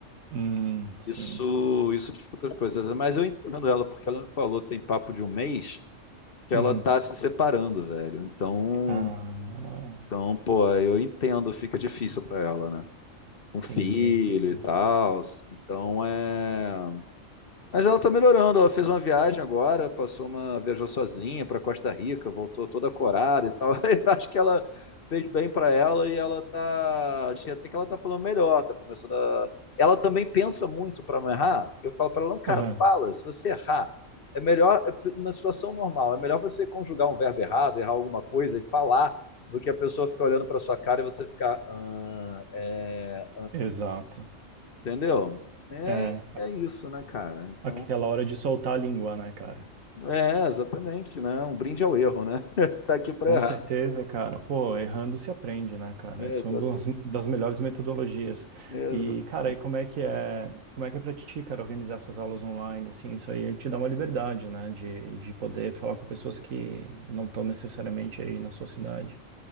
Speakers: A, on the right; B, on the left.
A: Hum, sim.
B: Isso, isso dificulta as coisas. Mas eu entendo ela, porque ela me falou, tem papo de um mês, que ela
A: Uhum.
B: tá se separando, velho. Então,
A: Ah,
B: então, pô, eu entendo, fica difícil pra ela, né? com filho
A: entendi, entendi.
B: e tal. Então é. Mas ela tá melhorando. Ela fez uma viagem agora, passou uma. Viajou sozinha pra Costa Rica, voltou toda corada e tal. <laughs> Eu acho que ela fez bem pra ela e ela tá. Achei até que ela tá falando melhor, tá começando a. Ela também pensa muito pra não errar. Eu falo pra ela, não, cara,
A: Aham.
B: fala, se você errar. É melhor, é uma situação normal, é melhor você conjugar um verbo errado, errar alguma coisa e falar, do que a pessoa ficar olhando pra sua cara e você ficar. "Ah, é,
A: Exato.
B: Entendeu? É,
A: É,
B: é isso, né, cara? Então,
A: aquela hora de soltar a língua, né, cara?
B: é, exatamente, né? Um brinde ao erro, né? <laughs> Tá aqui para
A: Com
B: errar.
A: certeza, cara. Pô, errando se aprende, né, cara?
B: Exato,
A: Essa é uma das, das melhores metodologias.
B: exato.
A: E, cara, e como é que é, como é que é pra ti, cara, organizar essas aulas online, assim, isso aí te dá uma liberdade, né, de, de poder falar com pessoas que não estão necessariamente aí na sua cidade.